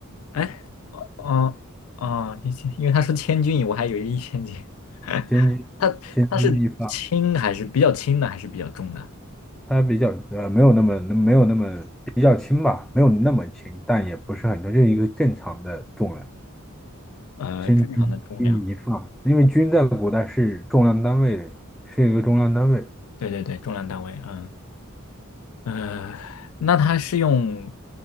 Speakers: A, on the left; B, in the centre.
A: 哎，哦哦哦，一千，因为他说千钧，我还以为一千斤。<laughs>
B: 千钧千钧一发，
A: 他他是轻还是比较轻的，还是比较重的？
B: 它比较呃没有那么没有那么比较轻吧，没有那么轻，但也不是很重，就是一个正常的重量。
A: 呃，
B: 千钧钧一发，
A: 正常的重量。
B: 因为钧在古代是重量单位，是一个重量单位。
A: 对对对，重量单位。嗯呃，那它是用